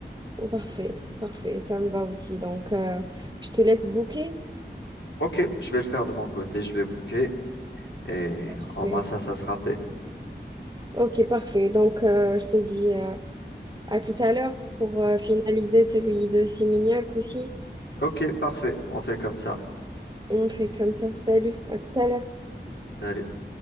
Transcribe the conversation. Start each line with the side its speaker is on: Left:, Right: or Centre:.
Right: Parfait, parfait, ça me va aussi. Donc, euh, je te laisse booker.
Left: Ok, je vais le faire de mon côté, je vais booker et
Right: Parfait.
Left: en moi ça, ça sera fait.
Right: Ok, parfait. Donc, euh, je te dis euh, à tout à l'heure pour euh, finaliser celui de Simignac aussi.
Left: Ok, parfait, on fait comme ça.
Right: On fait comme ça. Salut, à tout à l'heure.
Left: Salut.